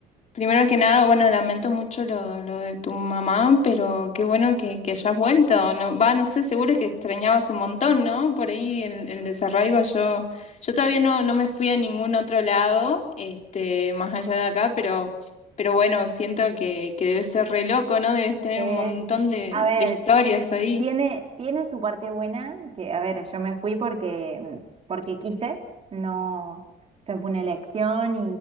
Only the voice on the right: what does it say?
Es,
a ver,
tiene, tiene su parte buena, que a ver, yo me fui porque, mm, porque quise, no, o sea, fue una elección